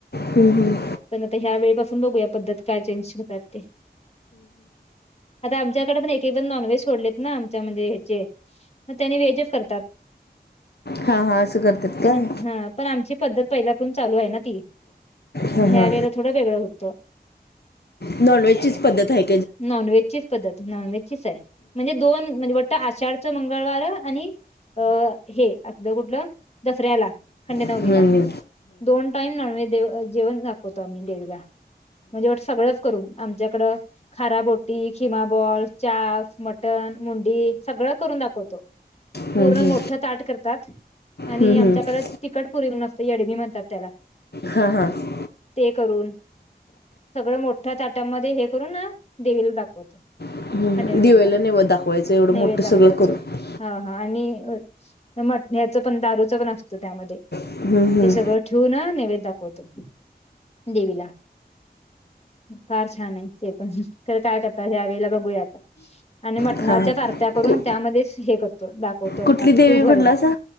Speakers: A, on the left (about 75°); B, on the left (about 40°).
A: हम्म हम्म
B: पण आता ह्या वेळीपासून बघू या पद्धत काय चेंज होतात ते. आता आमच्याकडे पण एक एक जण नॉनव्हेज सोडलेत ना आमच्या म्हणजे हेचे मग त्यानी वेजच करतात.
A: हा हा असं करतात
B: पण
A: काय
B: हा पण आमची पद्धत पहिल्यापून चालू हाय ना ती.
A: हा
B: म
A: हा
B: ह्या वेळेला थोडं वेगळं होतं.
A: नॉनव्हेजचीच पद्धत हाय
B: नॉन व्हेजचीच पद्धत, नॉन व्हेजचीच हाय. म्हणजे दोन म्हणजे वट आषाढचं मंगळवार आणि अ हे आपलं कुठलं दसऱ्याला. खंडे नवमीला,
A: हम्म
B: दोन टाइम नॉनव जेवण दाखवतो आम्ही देवीला, म्हणजे वट सगळंच करून आमच्याकड खाराबोटी, खिमा बॉल, च्याप्स, मटण, मुंडी सगळं करून दाखवतो.
A: हम्म
B: पूर्ण
A: हम्म
B: मोठं ताट करतात आणि
A: हम्म
B: आमच्याकड
A: हम्म
B: तिखट पुरी म्हणून असत येडमी म्हणतात त्याला
A: हां हां.
B: ते करून, सगळं मोठ्या ताट्यांमध्ये हे करून देवीला दाखवतो.
A: हां
B: खंडे नवमीला,
A: दिवेला नैवद दाखवायचं एवढं
B: नैवेद
A: मोठं
B: दाखवायच,
A: सगळं करून
B: हा हा आणि मट ह्याचं पण दारूचं पण असतं त्यामध्ये,
A: हम्म हम्म
B: ते सगळं ठून नैवेद्य दाखवतो देवीला. फार छान आहे ते पण. खर काय करता ह्यावेळेला बघूया आता आणि मटणाच्या
A: हा हा
B: आरत्या करून
A: कु
B: त्यामध्येच हे करतो खवतो
A: कुठली देवी
B: तूप
A: म्हणलासा
B: घालून